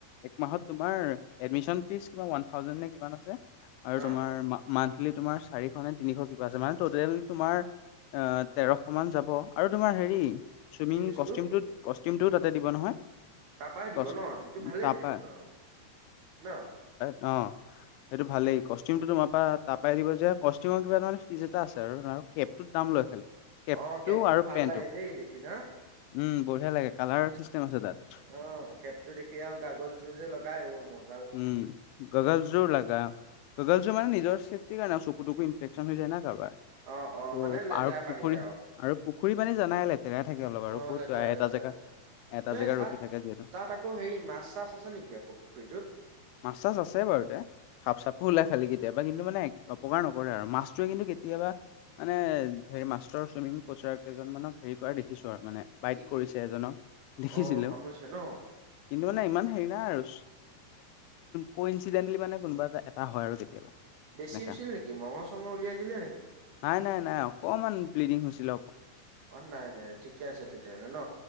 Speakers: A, on the left; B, on the right.
A: এক মাহত তোমাৰ এদমিচন ফিজ ওৱান থাউজেণ্ড নে কি? আৰু তোমাৰ
B: অ
A: মান্থলি তোমাৰ চাৰিখনে তিনিশ কিবা আছে মানে টটেল তোমাৰ অ তেৰশ মান যাব আৰু তোমাৰ হেৰি চুইমিং
B: কি বস্তু
A: কষ্টিউমটো কষ্টিউমটো তাতে দিব নহয়।
B: তাৰাপাই দিব
A: কচ
B: ন সটো ভালেই
A: তাৰপা
B: দেখোন আৰু ন?
A: অঁ। সেইটো ভালেই কষ্টিউমটো তোমাৰ পৰা ত পই দিব যে কষ্টিউম কা তাৰ ফিজ এটা আছে আৰু কেবটোত দাম লৈ খালি। কেপটো
B: অ কেবটো
A: আৰু
B: ভাল
A: পেণ্টটো
B: লাগে দেই দেখি না?
A: উম বঢ়িয়া লাগে কালাৰ চিষ্টেম আছে তাত।
B: অ খেপতো দেখি আৰু গাগলযোৰ যে লগাই অ', ম
A: উম গগল য লাগায়। গগল চ মানে নিজৰ চেফটিৰ কাৰণে চকু ইনফেকচন হৈ যায় না কাৰবাৰ।
B: অ' অ'
A: চ'
B: মানে লেতেৰা
A: আৰু
B: পানীত
A: পুখুৰী আৰু পুখুৰী মানে জানাই লেতেৰা থাকে অলপ
B: অ'
A: আৰু ক'ত
B: লেতেৰা
A: এটা
B: লেতেৰা
A: জেগা।
B: লেতেৰা
A: এটা
B: এ
A: জেগা
B: তাত
A: ৰখি থে যিহেতু।
B: তাত আকৌ হেৰি মাছ চাছ আছে নেকি আকৌ পুখুৰীটোত?
A: মাছ চাছ আছে বাৰু এয়া। সাফ চফো ওলাই খালি কেতিয়াবা কিন্তু মানে অপকাৰ নকৰে আৰু মাছটোৱে কিন্তু কেতিয়াবা মানে হেৰি মাষ্টৰ চুইমিং কোচাৰ কেইজন মানক হেৰি কৰা দেখিছো আৰু মানে বাইট
B: কি
A: কৰিছে এজনক দেখিছিলেও
B: অ' কামুৰিছে ন?
A: কিন্তু মানে ইমান হেৰি নাই আৰু। ক ইিডেণ্টলি মানে কোনোবা এটা এটা হয় আৰু কেতিয়াবা।
B: বেছি
A: এনেকা।
B: হৈছিল নেকি মঙহ চঙৰ উলিয়াইিলে নেকি?
A: নাই নাই নাই অকমান ব্লিডিং হৈছিল।
B: অ নাই নাই ঠিকে আছে তেতিয়াাহলে ন?